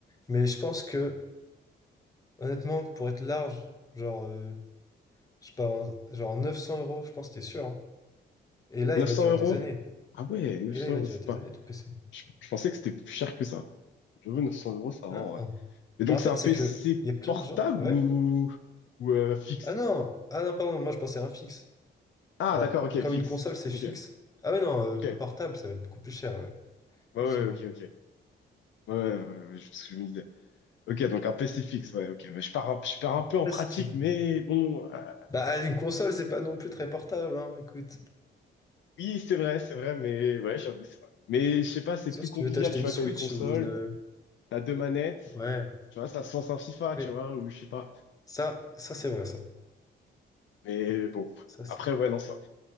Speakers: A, on the left (about 20°); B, on the left (about 80°).
A: Mais je pense que, honnêtement, pour être large, genre, euh, je sais pas, un- genre 900 euros, je pense que t'es sûr. hein. Et là,
B: 900
A: il va durer
B: euros?
A: des années.
B: Ah ouais, 900
A: Et là, il va
B: euros,
A: durer
B: c'est
A: des
B: pas.
A: années, tout PC.
B: Je, je pensais que c'était plus cher que ça. Je J'avoue, 900 euros, ça va,
A: Hein?
B: ouais. Et donc,
A: Mais en
B: c'est
A: fait,
B: un PC
A: c'est que, il y a plein
B: portable
A: de gens. Ouais.
B: ou, ou euh, fixe?
A: Ah non, ah non, pardon, moi, je pensais à un fixe.
B: Ah,
A: Bah,
B: d'accord, ok,
A: comme
B: fixe.
A: une console, c'est fixe.
B: Ok,
A: Ah ouais, non, euh,
B: ok. Ouais,
A: portable, ça va être beaucoup plus cher, ouais,
B: ouais,
A: effectivement.
B: ok, ok. Ouais, ouais, ouais, ouais, je- ce que je me disais. Ok, donc un PC fixe, ouais, ok. Mais je pars un, je pars un
A: Après,
B: peu en pratique,
A: si tu veux.
B: mais bon. euh,
A: Bah, une console, c'est pas non plus très portable, hein, écoute.
B: oui, c'est vrai, c'est vrai, mais ouais, j'avoue, c'est vrai. Mais je sais pas, c'est
A: Sauf
B: plus
A: si
B: convivial,
A: tu veux t'acheter
B: tu
A: une
B: vois,
A: Switch
B: t'as une console,
A: ou une. euh,
B: t'as deux manettes,
A: Ouais.
B: tu vois, ça se lance un FIFA,
A: Ouais.
B: tu vois, ou je sais pas.
A: Ça, ça c'est vrai, ça.
B: Mais bon,
A: Ça, c'est
B: après,
A: vrai.
B: ouais, non, c'est vrai.